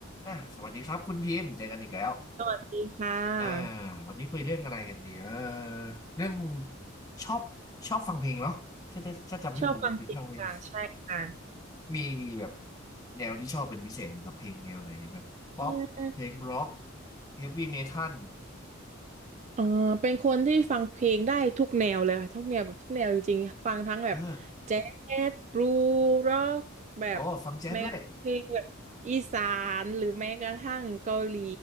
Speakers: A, on the left; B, on the right.
A: อ่าสวัสดีครับคุณพิมพ์เจอกันอีกแล้ว
B: สวัสดีค่ะ
A: อ่าวันนี้คุยเรื่องอะไรกันดีเออเรื่องชอบชอบฟังเพลงเนาะถ้าจะถ้าจำไม่ผิดคุณพิมพ์ชอบเพลง
B: ชอบฟังเพลงค่ะใช่ค่ะ
A: มีมีแบบแนวที่ชอบเป็นพิเศษไหมครับเพลงแนวไหนแบบป๊อปเพลงร็อก
B: เอื
A: เฮฟวี่เมทัล
B: เออเป็นคนที่ฟังเพลงได้ทุกแนวเลยค่ะทุกแนวแบบทุกแนวจริงๆฟังทั้งแบบแจ๊
A: เออ
B: สบลูร็อกแบบ
A: โอ้ฟังแจ๊สด้วย
B: แม้กระทั่งเพลงแบบอีสานหรือแม้กระทั่งเกาหลี